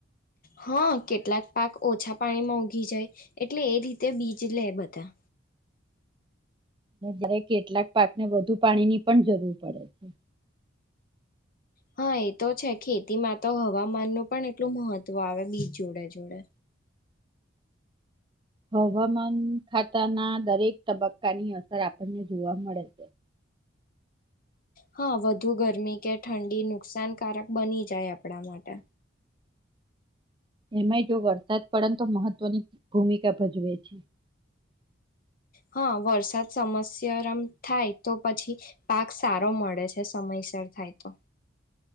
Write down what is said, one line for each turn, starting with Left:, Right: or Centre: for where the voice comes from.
Left: હા કેટલાક પાક ઓછા પાણીમાં ઊગી જાય એટલે એ રીતે બીજ લે બધા.
Right: અને કેટલાક પાકને વધુ પાણીની પણ જરૂર પડે છે.
Left: હા એ તો છે ખેતીમાં તો હવામાન ન પણ એટલું મહત્વ આવે બીજ જોડે જોડે.
Right: હવામાન ખાતાના દરેક તબક્કાની અસર આપણને જોવા મળે છે.
Left: હા વધુ ગરમી કે ઠંડી નુકસાનકારક બની જાય આપણા માટે.
Right: એમાંય જો વરસાદ પડે તો મહત્વની ભૂમિકા ભજવે છે.
Left: હા વરસાદ સમસરમ થાય તો પછી પાક સારો મળે છે સમયસર થાય તો.